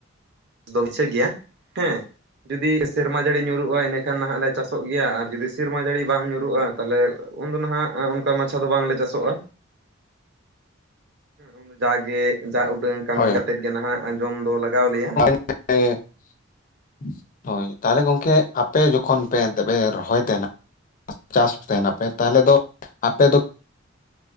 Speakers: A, on the right; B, on the left.
A: ᱫᱚᱲᱪᱷᱟᱹ ᱜᱮᱭᱟ ᱦᱮᱸ ᱡᱩᱫᱤ ᱥᱮᱨᱢᱟ ᱡᱟᱹᱲᱤ ᱧᱩᱨᱩᱜᱼᱟ ᱮᱸᱰᱮᱠᱷᱟᱱ ᱱᱟᱦᱟᱜ ᱞᱮ ᱪᱟᱥᱚᱜ ᱜᱮᱭᱟ ᱟᱨ ᱡᱩᱫᱤ ᱥᱮᱨᱢᱟ ᱡᱟᱹᱲᱤ ᱵᱟᱝ ᱧᱩᱨᱩᱜᱼᱟ ᱛᱟᱦᱞᱮ ᱩᱱᱫᱚ ᱱᱟᱦᱟᱜ ᱚᱱᱠᱟ ᱢᱟᱪᱷᱟ ᱫᱚ ᱵᱟᱝᱞᱮ ᱪᱟᱥᱚᱜᱼᱟ᱾ ᱩᱱᱫᱚ ᱡᱟᱜᱮ ᱡᱟ ᱩᱰᱟᱹᱝ ᱠᱟᱹᱢᱤ
B: ᱦᱳᱭ
A: ᱠᱟᱛᱮᱫ ᱜᱮ ᱱᱟᱦᱟᱜ ᱡᱚᱢ ᱫᱚ ᱞᱟᱜᱟᱣ ᱟᱞᱮᱭᱟ᱾
B: <unintelligible> ᱦᱳᱭ, ᱛᱟᱦᱚᱞᱮ ᱜᱚᱝᱠᱮ ᱟᱯᱮ ᱡᱚᱠᱷᱚᱱ ᱯᱮ ᱮᱱᱛᱮ ᱯᱮ ᱨᱚᱦᱚᱭ ᱛᱟᱦᱮᱱᱟ ᱪᱟᱥ ᱛᱟᱦᱮᱱᱟᱯᱮ ᱛᱟᱦᱞᱮ ᱫᱚ ᱟᱯᱮ ᱫᱚ